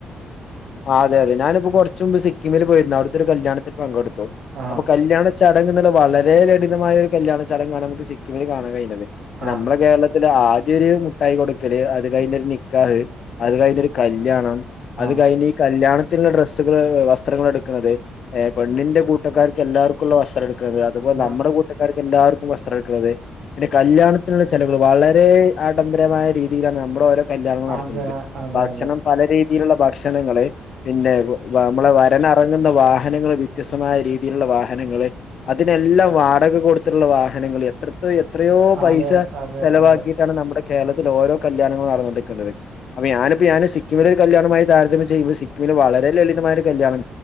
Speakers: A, on the left (about 60°); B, on the right (about 70°).
A: ആഹ് അതെ അതെ ഞാനിപ്പോ കൊറച്ച മുമ്പ് സിക്കിമിൽ പോയിരുന്നു അവിടുത്തെ ഒരു കല്യാണത്തി പങ്കെടുത്തു
B: ആഹ്
A: അപ്പ കല്യാണ ചടങ്ങ് എന്നുള്ള വളരെ ലളിതമായ ഒരു കല്യാണ ചടങ്ങാണ് നമുക്ക് സിക്കിമിൽ കാണാൻ കഴിഞ്ഞത്
B: ആഹ്
A: നമ്മുടെ കേരളത്തിൽ അ ആദ്യൊ ഒരു മുട്ടായി കൊടുക്കല് അത് കഴിഞ്ഞ് ഒരു നിക്കാഹ് അത് കഴിഞ്ഞ് ഒരു കല്യാണം അത്
B: ആഹ്
A: കഴിഞ്ഞ ഈ കല്യാണത്തിന്റെ ഡ്രസ്സുകള് വസ്ത്രങ്ങൾ എടുക്കണുന്നത് ഏഹ് പെണ്ണിന്റെ കൂട്ടക്കാർക്ക് എല്ലാവർക്കും ഉള്ള വസ്ത്രംടുക്കുന്നത് അതുപോലെ
B: ന
A: നമ്മുടെ കൂട്ടകാർക്ക് എല്ലാവർക്കും വസ്ത്രംഎടുക്കല് പിന്നെ കല്യാണത്തി ചെലുകൾ വളരെ ആഡംബരമായ രീതിയിലാണ് നമ്മുടെ ഓരോ കല്യാണം നടത്തുന്നത്
B: അതെ അതെ
A: ഭക്ഷണം
B: അതെ
A: പല രീതിയിലുള്ള ഭക്ഷണങ്ങള് പിന്നെ നമ്മളെ വരനറങ്ങുന്ന വാഹനങ്ങള് വ്യത്യസ്തമായ രീതിയിലുള്ള വാഹനങ്ങള് അതിനെല്ലാം വാടക കൊടുത്തിട്ടുള്ള വാഹനങ്ങൾ എത്രത്തോ എത്രയോ പൈസ
B: അതെ അതെ
A: ചെലവാക്കിട്ട്
B: അതെ
A: ണ് നമ്മുടെ കേരളത്തിൽ ഓരോ കല്യാണങ്ങളൾ നടന്നുകൊണ്ടിരിക്കുന്നത് അപ്പൊ ഞാനിപ്പോ ഞാന് സിക്കിമില ഒരു കല്യാണമായി താരതമ്യ ഇപ്പ സിക്കിമില് വളരെ ലളിതമായ ഒരു കല്യാണം